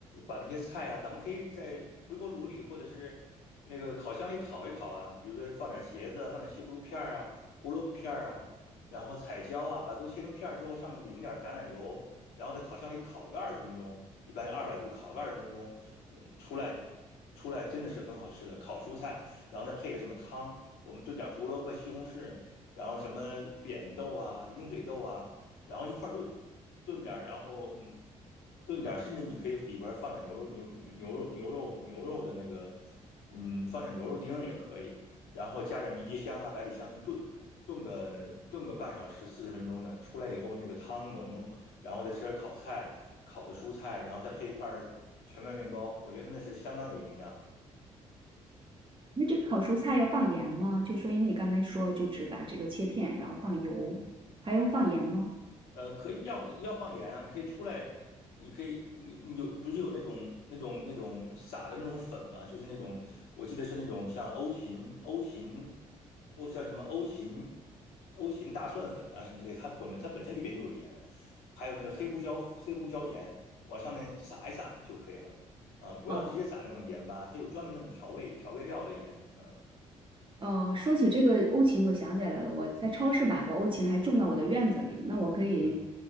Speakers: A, on the left; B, on the right.
A: 把那些菜啊，咱们可以在微波炉里或者是那个烤箱里烤一烤啊。比如说放点茄子啊放点西葫芦片儿啊、胡萝卜片儿啊，然后彩椒啊，把都切成片儿之后，上面淋点橄榄油，然后在烤箱里烤个二十分钟，一般是二百度烤个二十分钟，嗯，出来出来真的是很好吃的烤蔬菜，然后再配个什么汤，我们炖点胡萝卜、西红柿，然后什么扁豆啊、鹰嘴豆啊。然后一块炖，炖点儿，然后嗯，炖点儿，甚至你可以里边儿放点牛肉、牛牛牛肉、牛肉、牛肉的那个，嗯，放点牛肉丁儿也可以，然后加点迷迭香啊、百里香一炖，炖个炖个半小时、四十分钟呢，出来以后那个汤浓，然后再吃点烤菜、烤的蔬菜，然后再配一块全麦面包，我觉得那是相当有营养。
B: 那这个烤蔬菜要放盐吗？就是说因为你刚才说就只把这个切片，然后放油，
A: 嗯。
B: 还用放盐吗？
A: 呃，可以要要放盐啊，你可以出来，你可以你你有不是有那种那种那种撒的那种粉吗？就是那种我记得是那种像欧芹欧芹欧叫什么欧芹欧芹大蒜粉啊什么之类，它混的它本身里边就有盐，还有那个黑胡椒黑胡椒盐往上面撒一撒就可以了啊，不要直接撒那种盐巴，
B: 哦
A: 它有专门那种调味调味料的盐，嗯
B: 哦，呃说起这个欧芹，我想起来了，我在超市买过欧芹，还种到我的院子里。那我可以，
A: 嗯。